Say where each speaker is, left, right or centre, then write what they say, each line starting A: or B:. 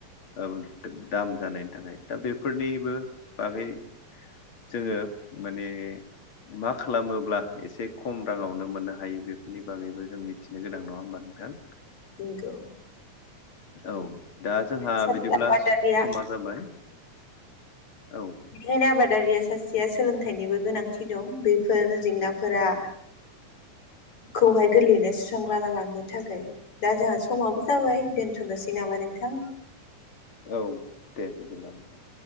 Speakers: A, on the left; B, on the left.
A: ओ दाम जानायनि थाखाय दा बेफोरनिबो बागै जोङो माने मा खालामोब्ला एसे खम राङावनो मोननो हायो बेफोरनि बागैबो जों मिथिनो गोनां नङा होमबा नोंथां
B: निंगौ
A: औ दा जोंहा
B: सासे
A: बिदिब्ला
B: आबादारिया
A: समा जाबाय औ
B: बेखायनो आबादारिया सासेया सोलोंथाइनिबो गोनांथि दं बेफोर जेंनाफोरा खौहाय गोरलैयैनो सुस्रांला लांनो थाखाय दा जोंहा समाबो जाबाय दोनथ'नोसै नामा नोंथां
A: औ दे बिदिब्ला नोंथां